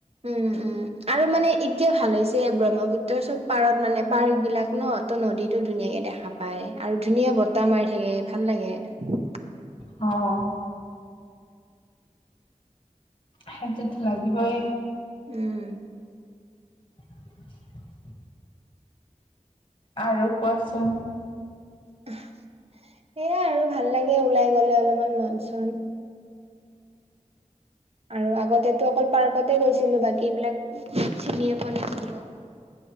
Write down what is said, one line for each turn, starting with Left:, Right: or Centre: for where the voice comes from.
Right: উম উম আৰু মানে এতিয়া ভাল হৈছে ব্ৰহ্মপুত্ৰৰ চব পাৰত মানে পাৰ্ক বিলাক ন। নদীটো ধুনীয়াকে দেখা পায় আৰু ধুনীয়া বতাহ মাৰি থাকে ভাল লাগে৷
Left: অ সেইটোটো লাগিবই৷
Right: উম
Left: <inaudible> আৰু কোৱাচোন৷
Right: সেয়াই আৰু ভাল লাগে ওলাই গলে অলপমান মন চন৷ আৰু আগতেতো অকল পাৰ্কতে গৈছিলো বাকী এইবিলাক চিনিয়ে পোৱা নাছিলো৷